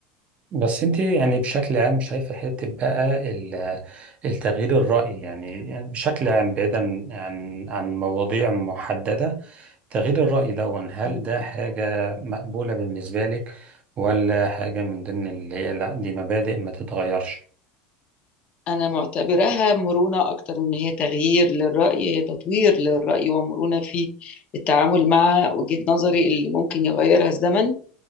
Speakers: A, on the right; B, on the left.
A: بس انت يعني بشكل عام شايفة حتة بقى ال- التغيير الرأي يعني يعني بشكل عام بعيدا عن عن مواضيع محددة تغيير الرأي ده هل
B: إمم.
A: ده حاجة مقبولة بالنسبة لك ولا حاجة من ضمن اللي هي لا دي مبادئ ما تتغيرش
B: أنا معتبراها مرونة أكتر من هي تغيير للرأي هي تطوير للرأي ومرونة في التعامل مع وجهة نظري اللي ممكن يغيرها الزمن